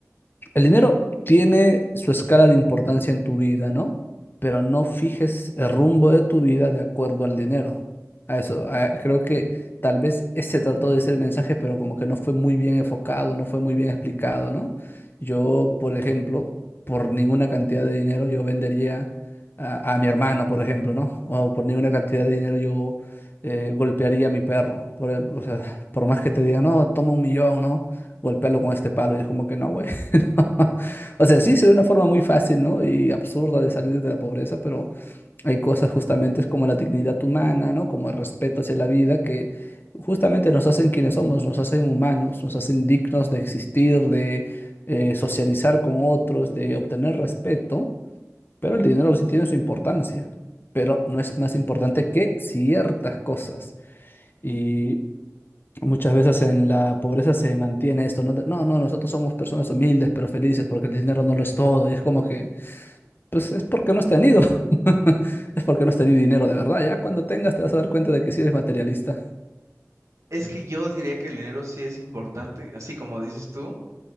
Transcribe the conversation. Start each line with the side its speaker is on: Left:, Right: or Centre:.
Left: el dinero tiene su escala de importancia en tu vida, ¿no? Pero no fijes el rumbo de tu vida de acuerdo al dinero. A eso, a- creo que tal vez ese trató de ser el mensaje, pero como que no fue muy bien enfocado, no fue muy bien explicado, ¿no? Yo, por ejemplo, por ninguna cantidad de dinero yo vendería a, a mi hermano, por ejemplo, ¿no? O por ninguna cantidad de dinero yo eh, golpearía a mi perro. Por, o sea, por más que te diga, no, toma un millón, ¿no? Golpéalo con este palo. Y es como que no, güey, <laughs> O sea, sí, sería una forma muy fácil, ¿no? Y absurda de salir de la pobreza, pero hay cosas justamente como la dignidad humana, ¿no? Como el respeto hacia la vida que justamente nos hacen quienes somos, nos hacen humanos, nos hacen dignos de existir, de eh, socializar con otros, de obtener respeto, pero el dinero sí tiene su importancia, pero no es más importante que ciertas cosas. y Muchas veces en la pobreza se mantiene esto, ¿no? De, No, no, nosotros somos personas humildes pero felices porque el dinero no lo es todo. Y es como que, pues es porque no has tenido. <laughs> Es porque no has tenido dinero de verdad. Ya cuando tengas te vas a dar cuenta de que si eres materialista.
Right: Es que yo diría que el dinero sí es importante, así como dices tú,